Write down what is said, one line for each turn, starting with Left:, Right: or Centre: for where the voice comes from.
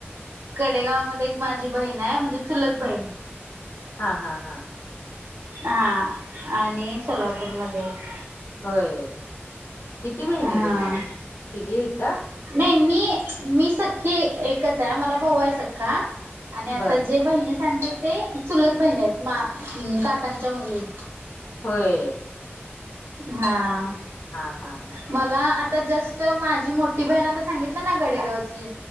Right: कडेगाव मध्ये एक माझी बहीण आहे म्हणजे चुलत बहीण
Left: हां हां हा.
Right: हां आणि सोलापूरमध्ये आहे.
Left: होय किती बहिणी
Right: हा
Left: तुम्ही तिघी आहे का?
Right: नाही मी मी सख्खी एकच आहे मला भाऊ आहे सख्खा आणि आता
Left: बर
Right: जे
Left: बर
Right: बहिणी सांगतात ते चुलत बहिणी आहेत काकांच्या मुली
Left: होय.
Right: हा
Left: हा हा हा
Right: मला आता जास्त तर माझी मोठी बहिण आता सांगितलं ना गडेगावची